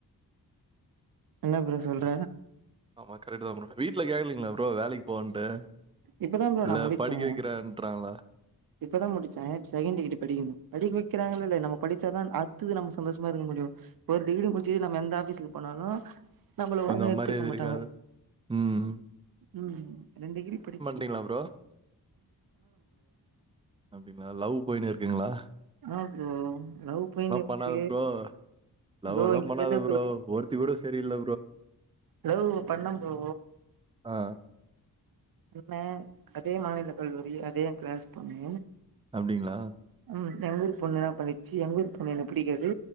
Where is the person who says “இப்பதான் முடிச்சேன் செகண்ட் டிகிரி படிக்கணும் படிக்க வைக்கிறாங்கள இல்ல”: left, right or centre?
Right